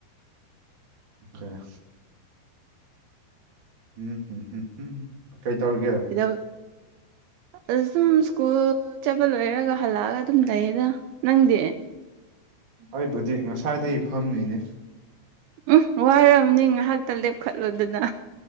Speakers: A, on the right (about 35°); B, on the right (about 80°).
A: ꯑꯦ ꯎꯝꯝꯝ ꯍꯝ ꯀꯩ ꯇꯧꯔꯤꯒꯦ
B: ꯏꯗ ꯑ ꯁꯨꯝ ꯁ꯭ꯀꯨꯜ ꯆꯠꯄ ꯂꯣꯏꯔꯒ ꯍꯜꯂꯛꯑꯒ ꯑꯗꯨꯝ ꯂꯩꯌꯦꯗ ꯅꯪꯗꯤ
A: ꯑꯩꯕꯨꯗꯤ ꯉꯁꯥꯏꯗꯒꯤ ꯐꯝꯃꯤꯅꯦ
B: ꯎꯝ ꯋꯥꯔꯕꯅꯤ ꯉꯥꯏꯍꯥꯛꯇ ꯂꯦꯞꯈꯠꯂꯨꯗꯨꯅ